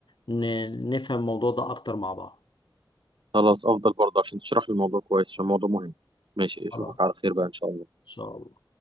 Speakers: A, on the left (about 70°); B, on the right (about 75°).
A: ن... نفهم الموضوع ده أكتر مع بعض
B: خلاص افضل برضه عشان تشرح لي الموضوع كويس عشان الموضوع مهم ماشي اشوفك
A: خلاص إن
B: على خير بقى ان شاء الله
A: شاء الله